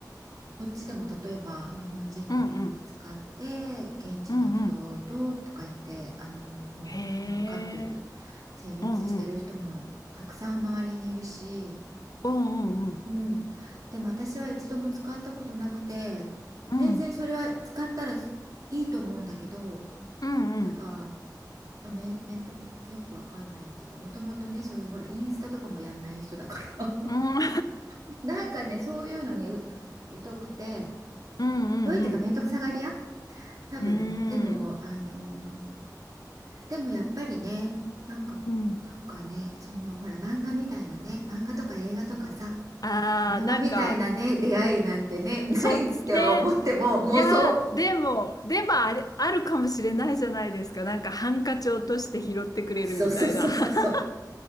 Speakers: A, on the right (about 55°); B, on the left (about 60°).
A: こっちでも例えば日本人の人が使って現地の人ととか言ってあのもう本当カップル成立してる人もたくさん周りにいるし、
B: うん、うんうん。へえ、うんうん、うんうん
A: うん、でも私は一度も使ったことなくて
B: うん、
A: 全然それは使ったらいいと思うんだけど
B: うん、うんうん、
A: なんか、まあ、めん、めんどよくわかんないっていうかもともとねそういうほらインスタとかもやんない人だから
B: うん、
A: <laughs> なんかねそういうのにう、疎くて
B: うんうん
A: どういってかめんどくさがり屋多分、
B: うん、うーん、
A: でも、あのーでもやっぱりね、なんか、
B: うん。
A: なんかね、その、ほら、漫画みたいなね、漫画とか映画とかさ、
B: ああ、
A: ドラマみたいなね、
B: なんか、
A: 出会いなんてね、ないっては思っても妄想
B: そっちで、いや、でも、でもあれ、あるかもしれないじゃないですか。なんかハンカチ落として拾ってくれるみたいな。
A: そうそうそうそうそう。
B: <laughs>